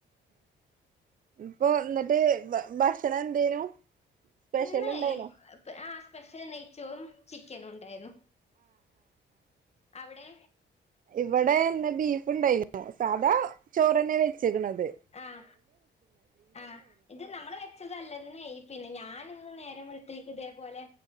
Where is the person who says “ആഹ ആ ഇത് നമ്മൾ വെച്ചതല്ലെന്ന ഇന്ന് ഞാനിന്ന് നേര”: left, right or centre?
Left